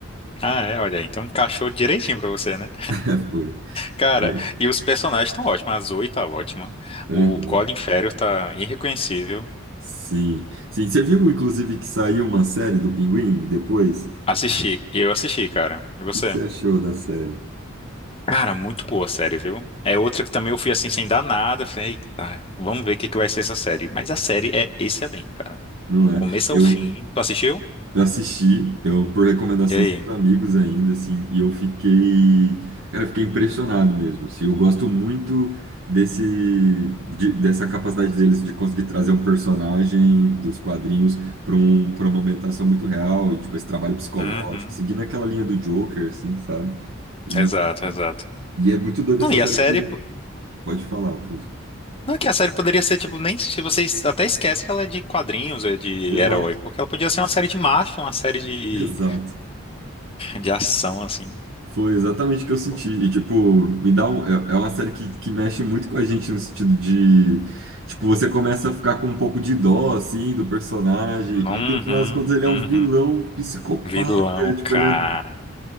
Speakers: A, on the left; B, on the right.
A: Ah, é, olha, então encaixou direitinho pra você, né?
B: <laughs> Foi.
A: Cara,
B: É.
A: e os personagens estão ótimos, a Zoe tá ótima,
B: Uhum.
A: o Colin Farrell tá irreconhecível.
B: Sim. Sim, você viu, inclusive, que saiu uma série do Pinguim depois?
A: Assisti, eu assisti, cara. E você?
B: que que você achou da série?
A: Cara, muito boa a série, viu? É outra que também eu fui assim sem dar nada, eu falei, eita, vamos ver o que que vai ser essa série. Mas a série é excelente, cara.
B: Não
A: Do começo
B: é? Eu
A: ao fim. Tu assistiu?
B: assisti, eu por recomendação
A: E aí?
B: dos amigos ainda, assim, e eu fiquei, cara, eu fiquei impressionado mesmo. Assim, eu gosto muito desse, de- dessa capacidade deles de conseguir trazer um personagem dos quadrinhos para um, para uma ambientação muito real e tipo esse trabalho psicológico,
A: Uhum,
B: seguindo aquela linha do Joker, assim, sabe? E,
A: exato, exato.
B: e é muito doido
A: Não,
B: essa
A: e
B: série
A: a série.
B: porque pode falar, Afonso.
A: Não, é que a série poderia ser, tipo, nem se vocês até esquece que ela é de quadrinhos, é de
B: Exato,
A: herói, porque ela podia ser uma série de marcha, uma série de,
B: <laughs> exato.
A: de ação, assim.
B: Foi exatamente o que
A: Pô.
B: eu senti. E, tipo, me dá um, é, é uma série que, que mexe muito com a gente no sentido de, tipo, você começa a ficar com um pouco de dó, assim, do personagem.
A: Uhum,
B: E, no final das contas, ele é
A: uhum.
B: um vilão psicopata.
A: Vilão,
B: Tipo,
A: cara.
B: ele é-